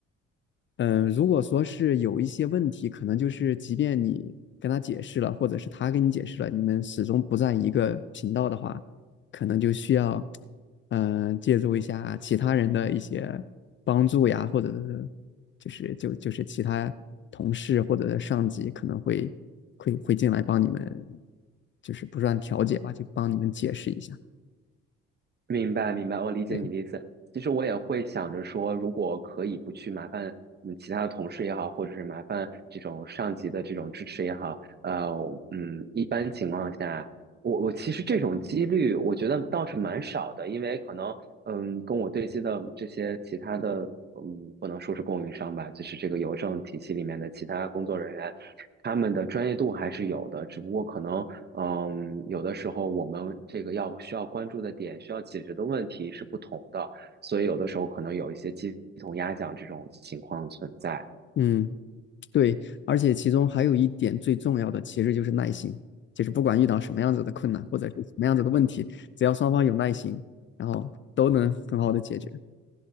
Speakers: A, on the left; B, on the right.
A: 嗯，如果说是有一些问题，可能就是即便你跟他解释了，或者是他跟你解释了，你们始终不在一个频道的话，可能就需要，嗯、借助一下其他人的一些帮助呀，或者是就是就就是其他同事或者上级可能会会会进来帮你们，就是不算调解吧，就帮你们解释一下。
B: 明白，明白，我理解你的意思。
A: 对，
B: 其实我也会想着说，如果可以不去麻烦嗯其他的同事也好，或者是麻烦这种上级的这种支持也好，呃，嗯，一般情况下，我我其实这种几率我觉得倒是蛮少的，因为可能嗯跟我对接的这些其他的嗯不能说是供应商吧，就是这个邮政体系里面的其他工作人员，他们的专业度还是有的，只不过可能嗯，有的时候我们这个要需要关注的点、需要解决的问题是不同的，所以有的时候可能有一些鸡同鸭讲这种情况存在。
A: 嗯。对，而且其中还有一点最重要的，其实就是耐心。就是不管遇到什么样子的困难或者是什么样子的问题，只要双方有耐心，然后都能很好的解决。